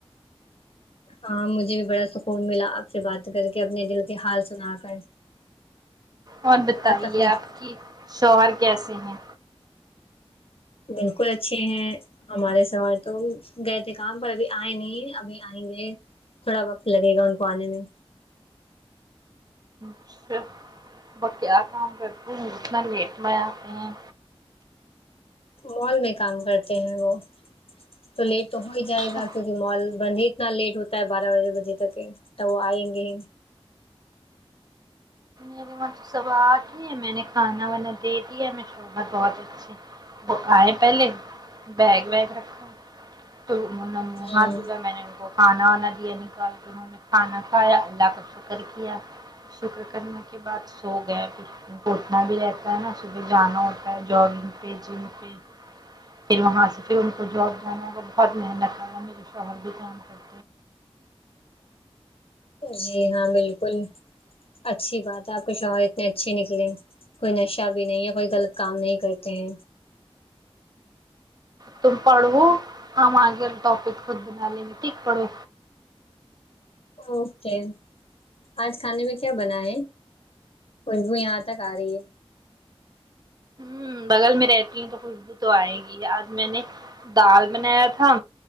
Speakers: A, on the left; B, on the right.
A: ہاں مجھے بھی بڑا سکون ملا آپ سے بات کر کے اپنے دل کے حال سنا کر
B: اور بتائیے
A: بہت تکلیف
B: آپ کی شوہر کیسے ہیں
A: بالکل اچھے ہیں ہمارے شوہر تو گئے تھے کام پر ابھی آئے نہیں ابھی آئیں گے تھوڑا وقت لگے گا ان کو آنے میں
B: اچھا وہ کیا کام کرتے ہیں اتنا لیٹ میں آتے ہیں
A: مال میں کام کرتے ہیں وہ تو لیٹ تو ہو ہی
B: اچھا
A: جائے گا کیونکہ مال بند ہی اتنا لیٹ ہوتا ہے بارہ بارہ بجے تک کے تو وہ آئیں گے
B: میرے وہاں تو سوا آٹھ ہی میں نے کھانا وانا دے دیا میرے شوہر بہت اچھے وہ آئے پہلے بیگ ویگ رکھا تو انہوں نے منہ
A: ہوں
B: ہاتھ دھوئے میں نے ان کو کھانا وانا دئیے نکال کے انہوں نے کھانا کھایا اللہ کا شکر کیا شکر کرنے کے بعد سو گئے ابھی ان کو اٹھنا بھی رہتا ہے نہ صبح جانا ہوتا ہے جگنگ پہ جم پہ پھر وہاں سے پھر ان کو جاب جانا وہ بہت محنت کر میرے شوہر بھی کام کر
A: جی ہاں بالکل اچھی بات ہے آپ کے شوہر اتنے اچھے نکلے کوئی نشہ بھی نہیں ہے کوئی غلط کام نہیں کرتے ہیں
B: توم پڑھو ہم اگے ٹاپک خود بنا لینگے ٹھیک پڑھو
A: اوکے آج کھانے میں کیا بناۓ خوشبو یہاں تک آ رہی ہے
B: ہوں بغل میں رہتی ہوں تو خوشبو تو آئے گی آج میں نے دال بنایا تھا